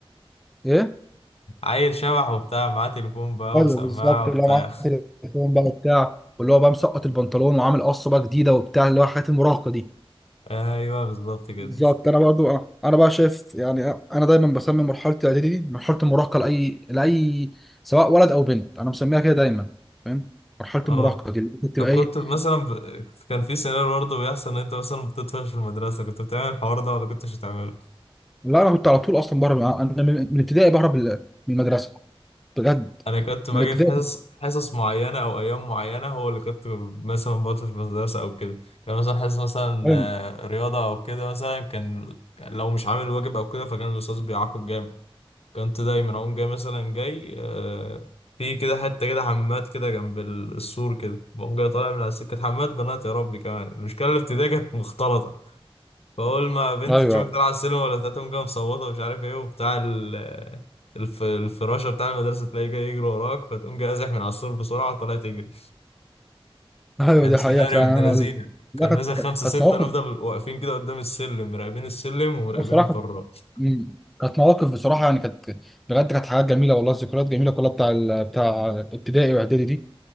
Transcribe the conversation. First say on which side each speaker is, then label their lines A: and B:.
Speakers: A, in the centre; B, on the left (about 85°).
A: ايه
B: <laughs> عيل شبح وبتاع معاه تليفون بقى
A: ايوه
B: وسماعة
A: بالظبط
B: وبتاع
A: اللي هو معاه تليفون بقى وبتاع واللي هو بقى مسقط البنطلون وعامل قصه بقى جديده وبتاع اللي هو حاجات المراهقه دي
B: <laughs> ايوه بالظبط كده
A: بالظبط انا برضو انا أنا بقى شايف يعني انا دايما بسمي مرحله الاعدادي دي مرحله المراهقه لاي لاي سواء ولد او بنت انا مسميها كده دايما فاهم مرحله
B: اه
A: المراهقه دي اللي بتبقى
B: طب كنت
A: ايه
B: مثلا ب... كان في سيناريو برضه بيحصل ان انت مثلا بتطفش في المدرسه كنت بتعمل الحوار ده ولا كنتش بتعمله
A: لا انا كنت على طول اصلا بهرب انا من من ابتدائي بهرب ال- من المدرسه بجد
B: انا كنت باجي
A: من ابتدائي
B: في حصص حصص معينه او ايام معينه هو اللي كنت مثلا بطفش في المدرسه او كده كان مثلا حصص مثلا
A: ايوه
B: آه، رياضه او كده مثلا كان لو مش عامل واجب او كده فكان الاستاذ بيعاقب جامد كنت دايما اقوم جاي مثلا جاي آه، في كده حته كده حماد كده جنب ال- السور كده بقوم جاي طالع من على السكه حماد بنات يا ربي كمان المشكله الابتدائيه كانت مختلطه فأول ما بنت
A: ايوه
B: تشوفك طالعة على السلم ولا بتاع تقوم جاية مصوتة ومش عارف ايه وبتاع ال- الف... الفراشة بتاع المدرسة تلاقيه جاي يجري وراك فتقوم جاي ازح من على السور بسرعة وطلع تجري
A: ايوه
B: كان
A: دي
B: سيناريو
A: حقيقه فعلا
B: ابن
A: انا
B: لذينة
A: لا
B: كان
A: كانت
B: مثلا خمسة
A: كانت
B: ستة
A: مواقف
B: نفضل واقفين كده قدام السلم مراقبين السلم ومراقبين
A: بصراحه
B: الفراش
A: كانت مم. كانت مواقف بصراحه يعني كانت بجد كانت حاجات جميله والله ذكريات جميله كلها بتاع ال... بتاع ابتدائي واعدادي دي